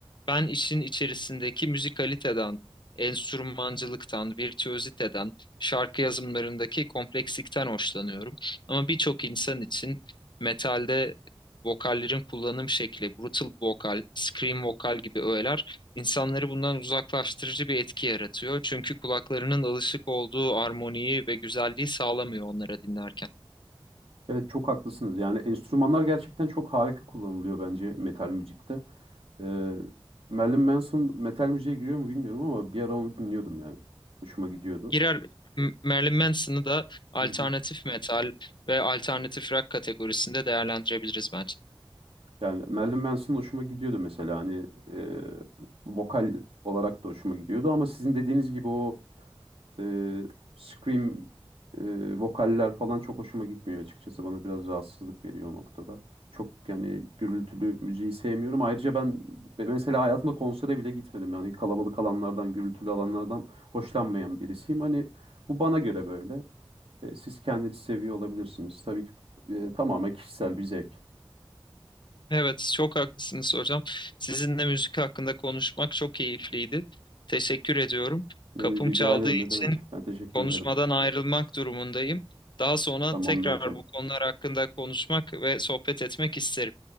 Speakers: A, on the left; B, on the right.
A: Ben işin içerisindeki müzikaliteden, enstrümancılıktan, virtüöziteden, şarkı yazımlarındaki komplekslikten hoşlanıyorum. Ama birçok insan için metalde vokallerin kullanım şekli, brutal vokal, scream vokal gibi öğeler insanları bundan uzaklaştırıcı bir etki yaratıyor. Çünkü kulaklarının alışık olduğu armoniyi ve güzelliği sağlamıyor onlara dinlerken.
B: Evet çok haklısınız. Yani enstrümanlar gerçekten çok harika kullanılıyor bence metal müzikte. Ee, Marilyn Manson metal müziğe giriyor mu bilmiyorum ama bir ara onu dinliyordum yani. Hoşuma gidiyordu.
A: Girer M- Marilyn Manson'ı da alternatif
B: Hı hı.
A: metal ve alternatif rock kategorisinde değerlendirebiliriz bence.
B: Yani Marilyn Manson hoşuma gidiyordu mesela hani e, vokal olarak da hoşuma gidiyordu ama sizin dediğiniz gibi o e, scream e, vokaller falan çok hoşuma gitmiyor açıkçası. Bana biraz rahatsızlık veriyor o noktada. Çok yani gürültülü müziği sevmiyorum. Ayrıca ben be- mesela hayatımda konsere bile gitmedim. Yani kalabalık alanlardan, gürültülü alanlardan hoşlanmayan birisiyim. Hani bu bana göre böyle. E, siz kendinizi seviyor olabilirsiniz. Tabii ki bu, e, tamamen kişisel bir zevk.
A: Evet, çok haklısınız hocam. Sizinle müzik hakkında konuşmak çok keyifliydi. Teşekkür ediyorum.
B: Ne,
A: Kapım
B: rica
A: çaldığı
B: ederim
A: için
B: ne demek. Ben teşekkür
A: konuşmadan
B: ederim.
A: ayrılmak durumundayım. Daha sonra
B: Tamamdır
A: tekrar
B: hocam.
A: bu konular hakkında konuşmak ve sohbet etmek isterim.